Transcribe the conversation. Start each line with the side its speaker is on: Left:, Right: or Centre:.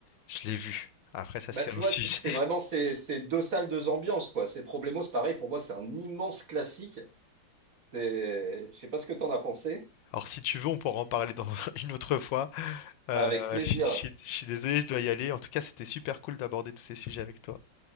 Left: je l'ai vu. Après, ça,
Right: bah,
Left: c'est
Right: tu
Left: un
Right: vois
Left: <laughs> sujet.
Right: que c'est c'est vraiment ces, ces deux salles, deux ambiances, quoi. C'est Problemos, pareil, pour moi, c'est un immense classique. C'est, je sais pas ce que t'en as pensé.
Left: Alors si tu veux, on pourra en parler dans <laughs> une autre fois. Heu,
Right: Avec plaisir,
Left: je je suis je suis désolé, je dois y aller. En tout cas, c'était super cool d'aborder tous ces sujets avec toi.